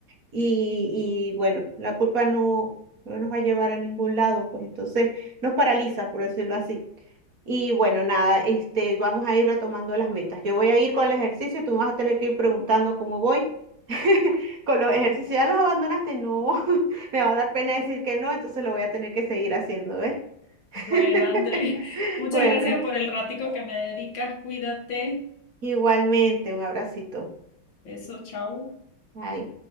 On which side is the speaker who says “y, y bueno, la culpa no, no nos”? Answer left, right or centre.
Right